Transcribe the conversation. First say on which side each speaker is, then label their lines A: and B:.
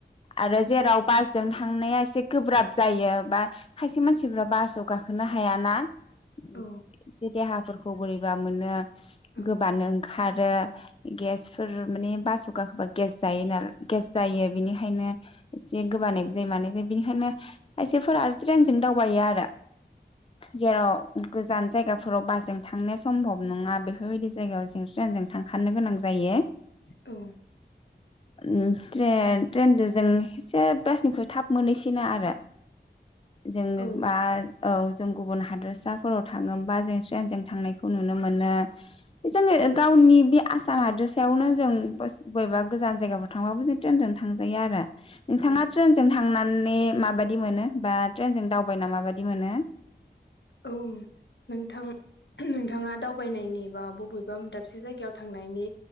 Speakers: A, on the left; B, on the left.
A: आरो जेराव बासजों थांनाया एसे गोब्राब जायो बा खायसे मानसिफ्रा बासाव गाखोनो हायाना। उम
B: औ
A: देहाफोरखौ बोरैबा मोनो।
B: औ
A: गोबानो ओंखार रो गेसफोर माने बासाव गाखोबा गेस जायो नाल गेस जायो बेनिखायनो एसे गोबानायबो जायो माने बिनिखायनो खायसेफोरा आरो ट्रेनजों दावबायो आरो। जेराव गोज जान जायगाफोराव बासजों थांनो सम्भब नङा बेफोरबायदि जायगायाव जों ट्रेनजों थांखानो गोनां जायो।
B: औ
A: ओ ट्रेन ट्रेनजों जों एसे बासनिख्रुइ थाब मोनहैसिनो आरो। जों
B: औ
A: बा औ जों गुबुन हादरसा फोराव थाङोबा जों ट्रेनजों थांनायखौ नुनो मोनो जोङो गावनि बे आसाम हादोरसायावनो जों बस बबेबा गोजान जायगाफ्राव थांबाबो जों ट्रेनजोंनो थांजायो आरो। नोंथाङा
B: औ
A: ट्रेनजों थांना नै माबादि मोनो बा ट्रेनजों दावबायना माबादि मोनो?
B: औ नोंथां नोंथाङा दावबायनायनि बा बबेबा म दाबसे जायगायाव थांनायनि